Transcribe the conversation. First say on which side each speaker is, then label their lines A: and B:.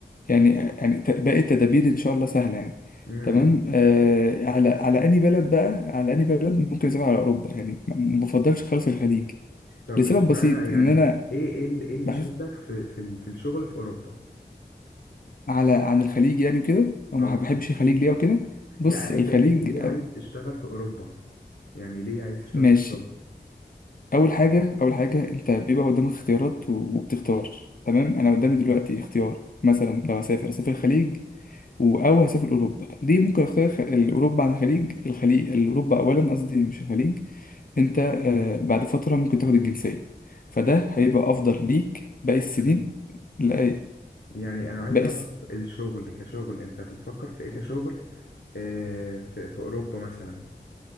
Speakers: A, on the left (about 55°); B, on the left (about 75°).
A: يعني يعني ت- باقي التدابير ان شاء الله سهله يعني
B: امم
A: تمام آه على على اني بلد بقى على اني بلد ممكن اسيبها على اوروبا يعني ما ما بفضلش خالص الخليج
B: طب
A: لسبب
B: اشمعنى
A: بسيط
B: يعني
A: ان انا
B: ايه ايه اللي, إيه اللي
A: بحس
B: شدك في في ال- في الشغل في اوروبا
A: على عن الخليج يعني وكده او
B: اه
A: ما بحبش الخليج ليه وكده بص
B: لا
A: الخليج
B: انت ليه ليه عايز
A: آه،
B: تشتغل في اوروبا يعني ليه عايز تشتغل
A: ماشي
B: في اوروبا
A: اول حاجه اول حاجه انت بيبقى قدامك اختيارات و- وبتختار تمام انا قدامي
B: امم
A: دلوقتي اختيار مثلا لو هسافر اسافر الخليج و- او هسافر اوروبا ليه ممكن اختار الخ- اوروبا عن الخليج الخليج اوروبا اولا قصدي مش الخليج انت آه، بعد فترة ممكن تاخد الجنسية فده هيبقى افضل ليك باقي السنين
B: لا
A: لا
B: يعني انا عايز
A: باقي
B: اعرف الشغل كشغل انت بتفكر في ايه كشغل آه في في اوروبا مثلا